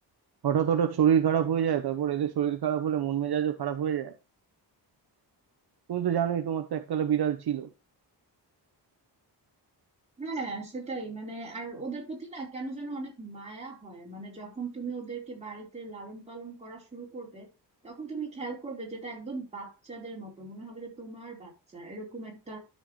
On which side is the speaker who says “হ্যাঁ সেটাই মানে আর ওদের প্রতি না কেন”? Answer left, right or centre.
Right